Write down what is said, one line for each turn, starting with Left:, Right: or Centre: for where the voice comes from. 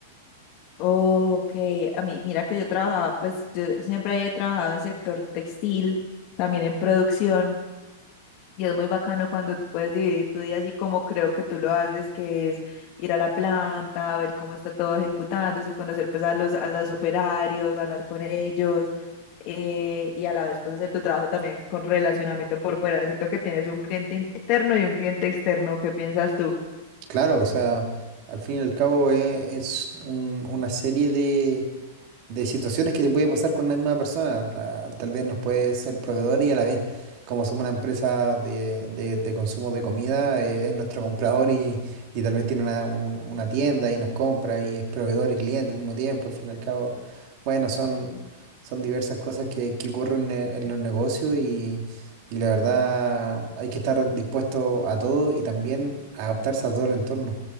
Left: Ok, a mí, mira que yo trabajaba, pues yo siempre he trabajado en sector textil, también en producción. Y es muy bacano cuando tú puedes dividir tu día así como creo que tú lo haces, que es ir a la planta, ver cómo está todo ejecutándose, conocer pues a los, a los operarios, hablar con ellos eh, y a la vez pues hacer tu trabajo también con relacionamiento por fuera. Siento que tienes un cliente interno y un cliente externo. ¿Qué piensas tú?
Right: Claro, o sea, al fin y al cabo e- es, un- una serie de, de situaciones que se puede pasar con una misma persona. Ta- Tal vez nos puede ser proveedor y a la vez, como somos una empresa de, de- de consumo de comida, eh, es nuestro comprador y, y tal vez tiene una, un- una tienda y nos compra y es proveedor y cliente al mismo tiempo. Al fin y al cabo, bueno, son, son diversas cosas que, que ocurren en, en los negocios y, y la verdad hay que estar dispuesto a todo y también adaptarse a todo el entorno.